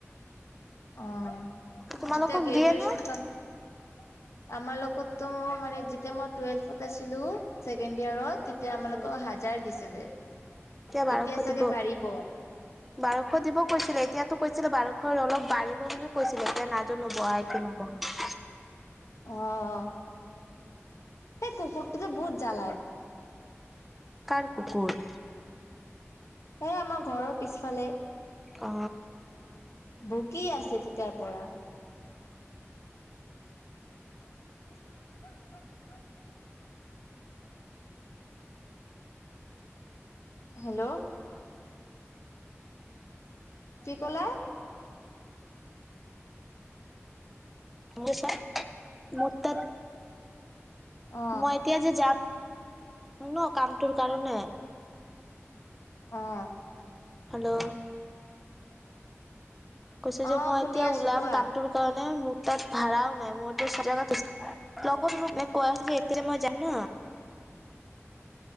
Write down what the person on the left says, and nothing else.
অ যেতিয়া
গ্ৰেজুয়েচন
কমপ্লিট আমাৰ লগতো মানে যেতিয়া মই টুৱেলভত আছিলো ছেকেড ইয়াৰত। এতিয়া আমালোকক
হাজাৰ দিছিলে
এতিয়া চাগে
বাঢ়িব।
অ'। এই কুকুৰটো যে বহুত জ্বালায়।
এ আমাৰ ঘৰৰ পিছফালে।
ভুকি আছে তেতিয়াৰ পৰা। <unintelligible> হেল্ল' কি ক'লা?
অ
অঁ'।
অ
শুনি
আছো
কোৱা